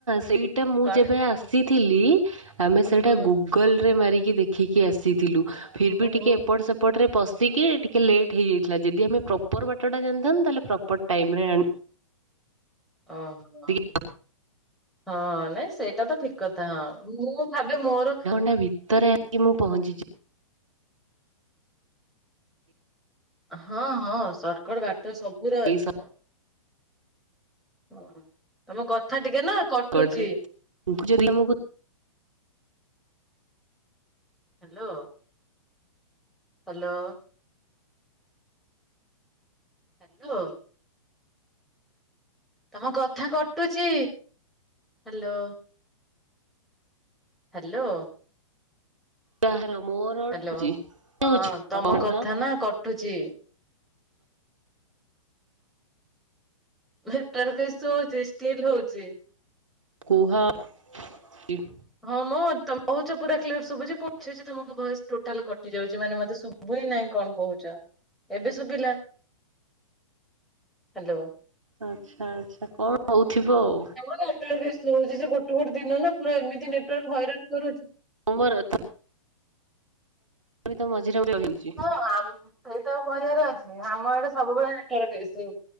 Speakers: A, on the right; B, in the centre.
A: ସେଇଟା ମୁଁ
B: କଣ
A: ଯେବେ ଆସିଥିଲି ଆମେ ସେଇଟା
B: ହୁଁ
A: ଗୁଗୁ ଗଲ୍ ରେ ମାରିକି ଦେଖିକି ଆସିଥିଲୁ ଫିର୍ ବି
B: ଓହୋ
A: ଟିକିଏ ଏପଟ ସେ ଏପଟରେ ପଶିକି ଟିକେ ଲେଟ୍ ହେଇଯାଇଥିଲା ଯଦି ଆମେ ପ୍ରପର ବାଟଟା ଜାଣିଥାନ୍ତୁ ତାହେଲେ ପ୍ରପର ଟାଇମ୍ ରେ ଆଣି
B: ଓହୋ
A: ଆସିକି
B: ହଁ ନାଇଁ ସେଇଟାତ ଠିକ୍ କ ହଁ ମୁଁ ଭାବେ ମୋର
A: ତା ଭିତରେ କି ମୁଁ ପହଞ୍ଚିଚି
B: ହଁ ହଁ ସଟକଟ୍ ବାଟ ସବୁରେ ଅଛି
A: ଏଇ
B: ମ। ଓ ତମ କଥା ଟିକେ ନା କଟୁଛି
A: କଡରେ <unintelligible> ଯି ଆମକୁ
B: ହ୍ୟାଲୋ ହ୍ୟାଲୋ ହାଲୋ ତମ କଥା କଟୁଛି ହ୍ୟାଲୋ ହ୍ୟାଲୋ
A: କାହାର ମୋର
B: ହ୍ୟାଲୋ
A: ଅଟକୁଛି ହେଉଛି
B: ହଁ ତମ
A: କହୁନ
B: କଥା ନା କଟୁଛି ଭେଟର କିସ ହଉଛି ଷ୍ଟିଲ୍ ହଉଛି
A: କୁହ <unintelligible>
B: ହଁ ମଁ ତମ କହୁଛ ପୁରା କ୍ଲିୟର ଶୁଭୁଛି ପୁଛୁଚିତମ ଭଏସ ଟୋଟାଲ କଟି ଯାଉଛି ମାନେ ମୋତେ ଶୁ ଭୁଇ ନାଇଁ କଣ କହୁଛ ଏବେ ଶୁଭିଲା। ହ୍ୟାଲୋ
A: ଆଚ୍ଛା ଆଚ୍ଛା କଣ ହଉଥିବ ଆଉ
B: <unintelligible> ହଉଛି ସେଗୋଟେ ଗୋଟେ ଦିନ ନା ପୁରା ଏମିତି ନେଟାର୍କ ହଇରାଣ କରୁଛି
A: ତମରତ ତମିତ ମଝିରେ ରହିଯାଉଛି
B: ହଁ ଆମ ସେଇଟା ଆଉ କହିବାର ଅଛି ଆମ ଏଇଟା ସବୁବେଳେ <unintelligible>